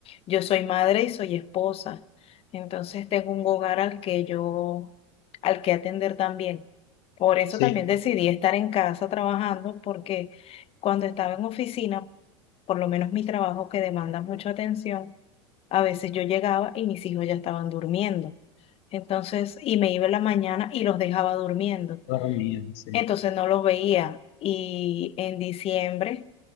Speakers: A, on the left (about 40°); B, on the left (about 60°).
A: yo soy madre y soy esposa. Entonces tengo un hogar al que yo, al que atender también. Por eso
B: sí,
A: también decidí estar en casa trabajando, porque cuando estaba en oficina, por lo menos mi trabajo que demanda mucha atención, a veces yo llegaba y mis hijos ya estaban durmiendo. Entonces, y me iba en la mañana y los dejaba durmiendo.
B: dormir, sí.
A: Entonces no los veía. Y en diciembre